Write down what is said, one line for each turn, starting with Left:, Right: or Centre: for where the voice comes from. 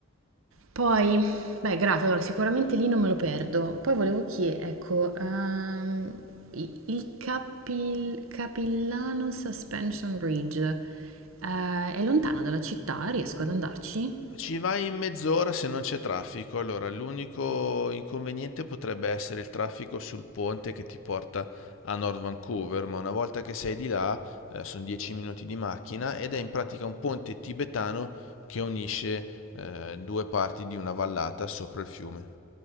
Right: Poi, beh, grato, allora sicuramente lì non me lo perdo. Poi volevo chiedere, ecco, ehm, i- il Capil- Capillano Suspension Bridge, eh, è lontano dalla città, riesco ad andarci?
Left: Ci vai in mezz'ora se non c'è traffico. Allora, l'unico inconveniente potrebbe essere il traffico sul ponte che ti porta a North Vancouver, ma una volta che sei di là, eh, sono 10 minuti di macchina ed è in pratica un ponte tibetano che unisce eh, due parti di una vallata sopra il fiume.